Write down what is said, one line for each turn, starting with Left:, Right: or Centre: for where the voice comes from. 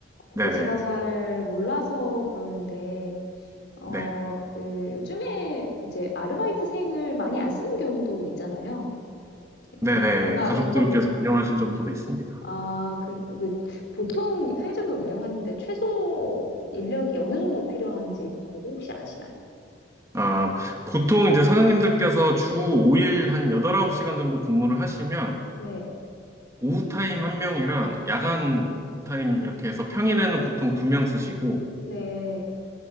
Right: 네네.
Left: 그 제가 잘 몰라서 그러는데, 어,
Right: 네.
Left: 그 요즘에 이제 아르바이트생을 많이 안 쓰는 경우도 있잖아요.
Right: 네네.
Left: 그러니까 워낙
Right: 가족들께서
Left: 인건비가.
Right: 운영하신 점포도 있습니다.
Left: 아, 그, 그 보통 편의점을 운영하는데 최소 인력이 어느 정도 필요한지 그거 혹시 아시나요?
Right: 아, 보통 이제 사장님들께서 주 5일 한 8, 9시간 정도 근무를 하시면,
Left: 네.
Right: 오후 타임 한 명이랑 야간 타임
Left: 어,
Right: 이렇게 해서 평일에는
Left: 어,
Right: 보통 두 명 쓰시고,
Left: 네.